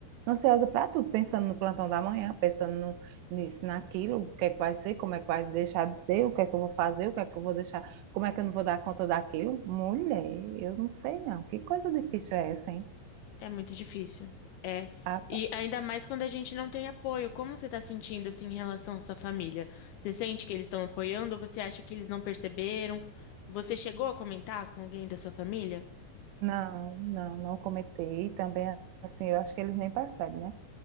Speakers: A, on the right (about 80°); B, on the left (about 75°).
A: Ansiosa para tudo, pensando no plantão da manhã, pensando no- nisso, naquilo, o que é que vai ser, como é que vai deixar de ser, o que é que eu vou fazer, o que é que eu vou deixar, como é que eu não vou dar conta daquilo. Mulher, eu não sei não. Que coisa difícil é essa, hein?
B: É muito difícil. É.
A: Ah, só-
B: E ainda mais quando a gente não tem apoio. Como você está sentindo assim em relação à sua família? Você sente que eles estão apoiando ou você acha que eles não perceberam? Você chegou a comentar com alguém da sua família?
A: Não, não, não comentei. E também, assim, eu acho que eles nem percebem, né?